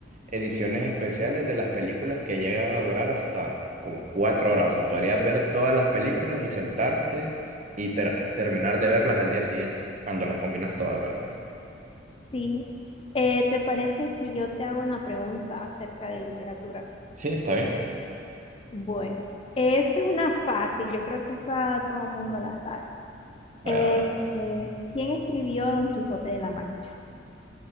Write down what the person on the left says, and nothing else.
Sí. Eh, ¿te parece si yo te hago una pregunta acerca de literatura?
Bueno, esta es una fácil, yo creo que esta todo el mundo la sabe.
Eh,
eh, ¿quién escribió Don Quijote de la Mancha?